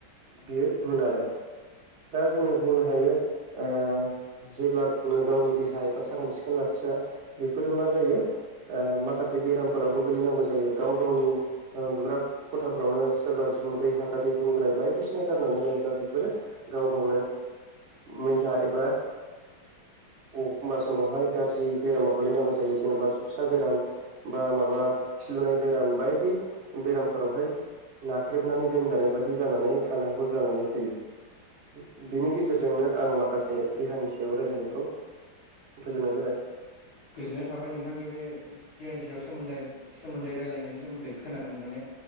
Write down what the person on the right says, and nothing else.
बेयो गुन आरो दा जोङो बुंनो हायो ओ जेब्ला गावनि देहा एबा साखोन सिखोन लाखिया बेफोरो मा जायो ओ माखासे बेरामफोरावबो गोलैनांगौ जायो गाव गावनि उन्दुग्राखथाफ्रावनो सोरबा जुदै हादै गुंग्रा बायदिसिना गारनानै लायोब्लाफोर गाव गाव मैला एबा ओ अखमबा समावहाय गाज्रि बेरामाव गोलैनांगौ जायो जेनेबा सखसा बेराम बा माबा खिलुनाय बेराम बायदि बेरामफोरावहाय नाख्रेबनानै दोनजानाय बादि जानानै थानांगौ जानानै फैयो बिनि गेजेरजोंनो आं माखासे देहानि सायाव रायलायनायखौ फोजोननाय जाबाय